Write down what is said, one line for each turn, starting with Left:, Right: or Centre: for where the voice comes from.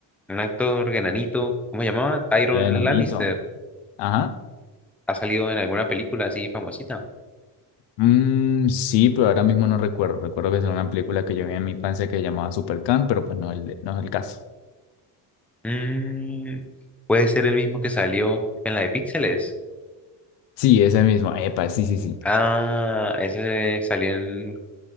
Centre: un actor enanito, ¿cómo se llamaba? Tyron
Left: El enanito.
Centre: Lannister.
Left: Ajá.
Centre: ¿Ha salido en alguna película así famosita?
Left: Mm, sí, pero ahora mismo no recuerdo. Recuerdo que es una película que yo vi en mi infancia que se llamaba Supercan, pero pues no, el- no es el caso.
Centre: Mm, puede ser el mismo que salió en la de Píxeles.
Left: Sí, ese mismo. Epa, sí, sí, sí.
Centre: Ah, ese salió en...